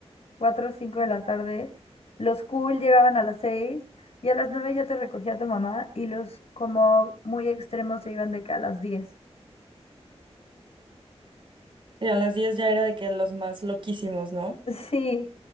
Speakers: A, on the left (about 65°); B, on the right (about 50°).
A: 4 o 5 de la tarde. Los cool llegaban a las 6 y a las 9 ya te recogía tu mamá y los como muy extremos se iban de que a las diez, <laughs>
B: Y a las 10 ya era de que los más loquísimos, ¿no?
A: Sí,